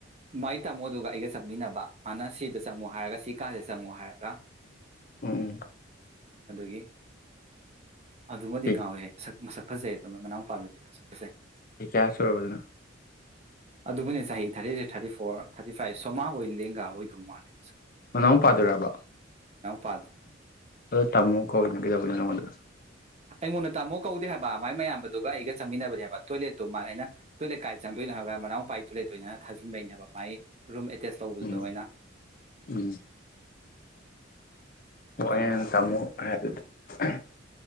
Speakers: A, on the right; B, on the left.
A: ꯃꯥꯏ ꯇꯥꯃꯣꯗꯨꯒ ꯑꯩꯒ ꯆꯪꯃꯤꯟꯅꯅꯕ ꯑꯅ ꯁꯤ ꯆꯪꯉꯨ ꯍꯥꯏꯔꯒ ꯁꯤ ꯀꯥꯁꯦ ꯆꯪꯉꯣ ꯍꯥꯏꯔꯒ
B: ꯎꯝꯎꯝ
A: ꯑꯗꯨꯒꯤ ꯑꯗꯨꯃꯗꯤ
B: ꯎꯝ ꯆꯍꯤ
A: ꯉꯥꯎꯋꯦꯍꯦ ꯁꯛ ꯃꯁꯛ ꯐꯖꯩ ꯑꯗꯨꯃ ꯃꯅꯥꯎꯄꯥꯗꯨꯗꯤ ꯃꯁꯛ ꯐꯖꯩ
B: ꯆꯍꯤ ꯀ꯭ꯌꯥ ꯁꯨꯔꯕ ꯑꯗꯨꯅ
A: ꯑꯗꯨꯕꯨꯅꯤ ꯆꯍꯤ ꯊꯥꯔꯇꯤꯔꯤ ꯊꯥꯔꯇꯤ ꯐꯣꯔ ꯊꯥꯔꯇꯤ ꯐꯥꯏꯚ ꯁꯣꯃꯥ ꯍꯣꯏ ꯂꯦꯡꯒꯥ ꯑꯣꯏꯗꯧ ꯃꯥꯜꯂꯦ
B: ꯃꯅꯥꯎ ꯄꯥ ꯗꯨꯔꯥꯕ
A: ꯄꯥꯗꯨ
B: ꯑꯗꯣ ꯇꯝꯃꯣ ꯀꯧꯏꯅ ꯀꯩꯗꯧꯕꯩꯅꯣ ꯅꯉꯣꯟꯗ
A: ꯑꯩꯉꯣꯟꯗ ꯇꯥꯃꯣ ꯀꯧꯗꯦ ꯍꯥꯏꯕ ꯃꯥꯏ ꯃꯌꯥꯝꯗꯨꯒ ꯑꯩꯒ ꯆꯪꯃꯤꯟꯅꯕꯅꯦ ꯍꯥꯏꯕ ꯇꯣꯏꯂꯦꯠꯇꯨ ꯃꯥ ꯑꯩꯅ ꯇꯣꯏꯂꯦꯠ ꯀꯥꯏꯗ ꯆꯪꯗꯣꯏꯅꯣ ꯍꯥꯏꯕ ꯃꯎꯄꯥ ꯇꯣꯏꯂꯦꯠꯇ ꯑꯣꯏꯅ ꯊꯥꯖꯤꯟꯕꯩꯅꯦꯕ ꯃꯥꯥꯏ ꯔꯨꯝ ꯑꯦ ꯇꯦꯁ ꯇꯧꯕꯗꯨꯗ
B: ꯎꯝ
A: ꯑꯣꯏꯅ
B: ꯎꯝ ꯑꯣ
A: ꯑꯗꯨꯒꯤ
B: ꯑꯩꯅ ꯅꯪ ꯇꯥꯃꯣ ꯍꯥꯏꯕꯗꯨ ꯎꯝ